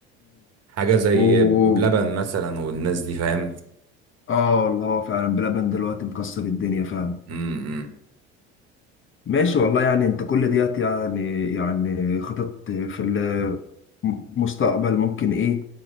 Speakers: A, on the right (about 50°); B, on the left (about 40°).
A: حاجه زي
B: و
A: بلبن مثلا والناس دي فاهم
B: اه اللي هو فعلا بلبن دلوقتي مكسر الدنيا فعلا
A: امم
B: ماشي والله يعني انت كل ديت يعني يعني خطط في المستقبل ممكن ايه